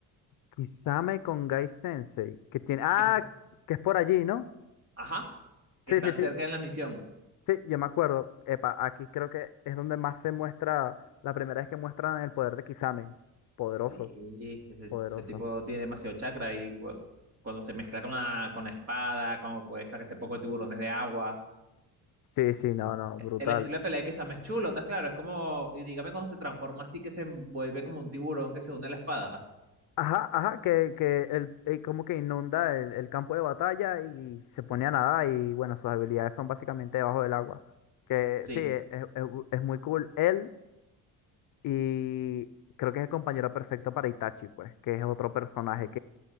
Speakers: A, on the left (about 60°); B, on the right (about 40°).
A: Kisame con Gai Sensei, que tiene, ah,
B: Que
A: que es por allí, ¿no?
B: Ajá, que
A: Sí,
B: están
A: sí, sí.
B: cerca en la misión.
A: Sí, yo me acuerdo. Epa, aquí creo que es donde más se muestra, la primera vez que muestran el poder de Kisame. Poderoso,
B: Sí. Ese,
A: poderoso.
B: ese tipo tiene demasiado chakra y gua- cuando se mezcla con la, con la espada, como puede sacarse poco de tiburones de agua.
A: Sí, sí, no, no, brutal.
B: El estilo de pelea de Sam es chulo, ¿estás claro? Es como, y dígame cuando se transforma así que se vuelve como un tiburón que se une a la espada.
A: Ajá, ajá, que, que el, eh, como que inunda el, el campo de batalla y se pone a nadar y bueno, sus habilidades son básicamente debajo del agua. Que
B: Sí,
A: sí, es, es- es muy cool él y creo que es el compañero perfecto para Itachi, pues, que es otro personaje